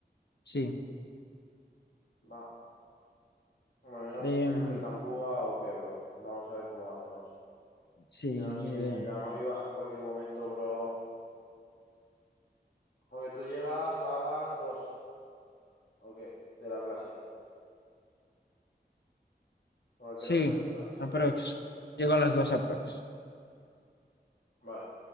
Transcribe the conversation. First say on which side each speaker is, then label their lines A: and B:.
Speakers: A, on the left; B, on the left.
A: Sí.
B: Va. Bueno, yo no
A: Em,
B: sé si me prestan buga o qué, bro. Vamos a ver cómo lo hacemos.
A: sí,
B: Y no, si
A: ni idea.
B: la mami baja en cualquier momento, bro. Porque tú llegas a las 2, ¿o qué? De la clase. ¿O a
A: Sí,
B: qué hora sueles llegar? ¿Sí?
A: aprox.
B: A la- a
A: Llego
B: las
A: a
B: 2.
A: las dos aprox.
B: Vale.